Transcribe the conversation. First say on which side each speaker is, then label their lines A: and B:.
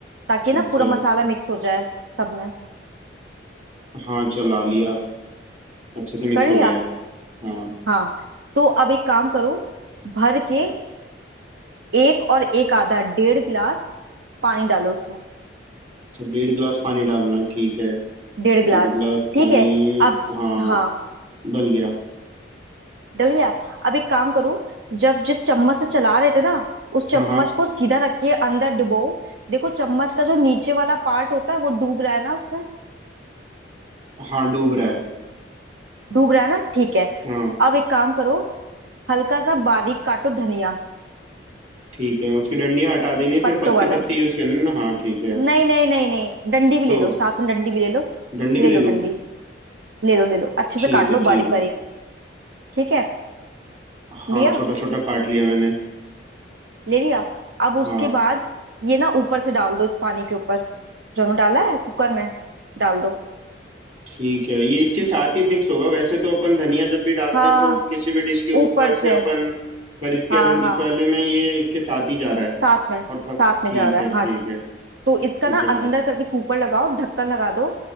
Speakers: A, on the right; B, on the right.
A: ताकि
B: ठीक
A: ना पूरा
B: है
A: मसाला मिक्स हो जाए सब में
B: हाँ चला लिया अच्छे से मिक्स
A: कर
B: हो
A: लिया
B: गया है हाँ
A: हाँ तो अब एक काम करो भर के एक और एक आधा डेढ़ गिलास पानी डालो उसमें
B: अच्छा डेढ़ गिलास पानी डालना है, ठीक है
A: डेढ़
B: डेढ़
A: गिलास
B: गिलास
A: ठीक
B: पानी
A: है अब
B: हाँ
A: हाँ
B: डल गया
A: डल गया अब एक काम करो जब जिस चम्मच से चला रहे थे ना उस चम्मच
B: हाँ हाँ
A: को सीधा रखिए अंदर डुबो देखो चम्मच का जो नीचे वाला पार्ट होता है वो डूब रहा है ना उसमें
B: हाँ डूब रहा है
A: डूब रहा है ना ठीक है
B: हाँ
A: अब एक काम करो हल्का सा बारीक काटो धनिया
B: ठीक है उसकी डंडियाँ हटा देनी है सिर्फ
A: पत्तों
B: पत्ती
A: वाला
B: पत्ती यूज करनी है ना हाँ ठीक है
A: नहीं नहीं नहीं नहीं डंडी भी
B: तो
A: ले लो साथ में डंडी भी ले लो
B: डंडी भी
A: ले लो
B: ले लूँ
A: डंडी ले लो ले लो अच्छे
B: ठीक
A: से काट
B: है
A: लो
B: ठीक
A: बारीक
B: है
A: बारीक ठीक है
B: हाँ
A: लिया
B: छोटा छोटा काट लिया मैंने
A: ले लिया अब उसके
B: हाँ
A: बाद ये ना ऊपर से डाल दो इस पानी के ऊपर जो हमने डाला है कुकर में डाल दो
B: ठीक है ये इसके साथ ही मिक्स होगा वैसे तो अपन धनिया जब भी डालते
A: हाँ
B: हैं तो किसी भी डिश के ऊपर
A: ऊपर से
B: से अपन पर इसके
A: हाँ हाँ
B: इस वाले में ये इसके साथ ही जा रहा है
A: साथ में
B: और पर
A: साथ
B: ठीक
A: में जा रहा
B: है
A: है
B: ठीक
A: हाँ जी
B: है
A: तो
B: ठीक
A: इसका ना
B: है डाल
A: अंदर
B: दो
A: करके कुकर लगाओ ढक्कन लगा दो